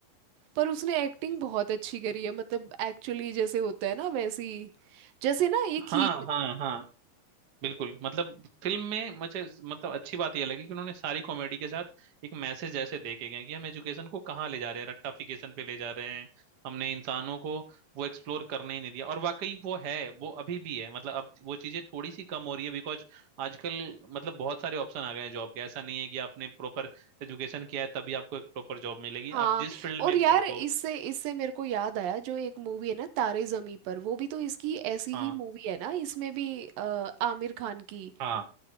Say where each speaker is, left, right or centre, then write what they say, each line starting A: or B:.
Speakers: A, on the right (about 75°); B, on the right (about 50°).
A: पर उसने एक्टिंग बहुत अच्छी करी है मतलब एक्चुअली जैसे होता है ना वैसी जैसे ना ये खींच
B: हाँ हाँ हाँ बिल्कुल मतलब फिल्म में मुझे मतलब अच्छी बात यह लगी कि उन्होंने सारी कॉमेडी के साथ एक मैसेज जैसे देखे गए हैं कि हम एजुकेशन को कहाँ ले जा रहे हैं रट्टाफिकेशन पे ले जा रहे हैं हमने इंसानों को वो एक्सप्लोर करने ही नहीं दिया और वाकई वो है वो अभी भी है मतलब अब वो चीजें थोड़ी सी कम हो रही है बिकॉज आजकल मतलब बहुत सारे ऑप्शन आ गए हैं जॉब के ऐसा नहीं है कि आपने प्रॉपर एजुकेशन किया है तभी आपको एक प्रॉपर जॉब मिलेगी
A: हाँ
B: आप जिस फील्ड
A: और
B: में एक्सपर्ट
A: यार इससे
B: हो
A: इससे मेरे को याद आया जो एक मूवी है ना तारे जमी पर वो भी तो इसकी ऐसी
B: हाँ
A: ही मूवी है ना इसमें भी अ, आमिर खान की
B: हाँ